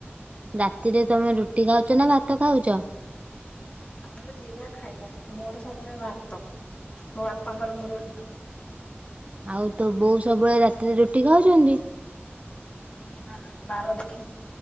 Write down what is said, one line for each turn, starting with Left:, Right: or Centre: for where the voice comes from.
Right: ରାତିରେ ତମେ ରୁଟି ଖାଉଚ, ନା ଭାତ ଖାଉଚ?
Left: ଆମର ଯିଏ ଯାହା ଖାଇଲା, ମୋର ସବୁବେଳେ ଭାତ। ମୋ ବାପାଙ୍କର ମୋର ଭାତ।
Right: ଆଉ ତୋ ବୋଉ ସବୁବେଳେ ରାତିରେ ରୁଟି ଖାଉଚନ୍ତି?
Left: ନାଁ, ବାର ଦେଖି